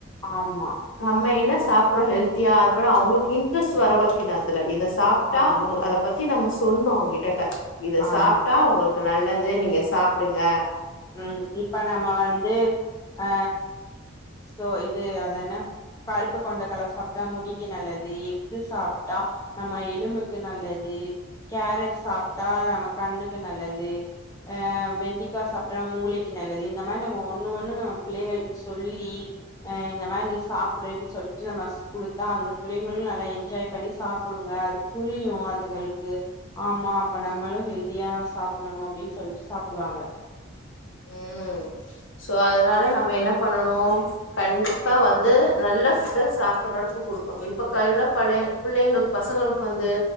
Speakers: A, on the left; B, on the left.
A: ஆமா
B: நம்ம என்ன சாப்ப அப்புறோ ஹெல்தியா அட அவங்களுக்கு இன்டெரெஸ்ட் வர வெக்கணு அதுல இத சாப்பிட்டா
A: ஆமா
B: உங்க அத பத்தி நம்ம சொல் சொன்ன உங்ககிட்ட இத
A: ஆமா
B: சாப்பிட்டா உங்களுக்கு நல்லது து நீங்க சாப்பிடுங்க
A: உம் இப்ப நம்ம வந்து ஆ சோ இது அது என்ன கருப்பு கொண்டக்கலை சாப்பிட்டா முடிக்கு நல்லது எக்கு சாப்பிட்டா நம்ம எலும்புக்கு க்கு நல்லது கேரட் சாப்பிட்டா நம்ம கண்ணுக்கு நல்லது அ வெண்டைக்கா சாப் மூளைக்கு நல்லது இந்த மாரி நம்ம ஒண்ணு ஒண்ணு நம்ம பிள்ளைங்களுக்கு சொல்லி ஆ இந்த மாரி நீ சாப்பிடுன்னு சொல்லிட்டு நம்ம கொடுத்தா அந்த பிள்ளைங்களும் நல்ல என்ஜாய் பண்ணி சாப்பிடுங்க அது புரியு அதுங்களுக்கு ஆமா அப்ப நம்மளும் ஹெல்தியா நம்ம சாப்பிடணும் அப்படின்னு சொல்லிட்டு சாப்பிடுவாங்க
B: உம் சோ அதனால நம்ம என்ன பண்ணணு கண்டிப்பா வந்து நல்ல ஃபுட்ட சாப்பிடுறது குடுக்கணு இப்ப கைலல்ல பழைய புள்ளைங்களுக்கு வந்து பசங்களுக்கு வந்து